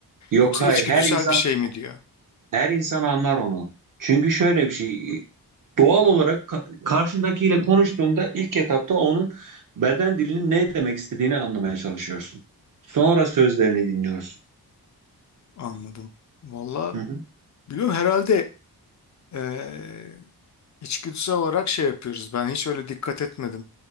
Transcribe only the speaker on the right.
Yok
hayır
her insan
Her insan anlar onu. Çünkü şöyle bir şey, doğal olarak ka- karşındakiyle konuştuğunda ilk etapta onun beden dilinin ne demek istediğini anlamaya çalışıyorsun. Sonra sözlerini dinliyorsun.
Hı hı.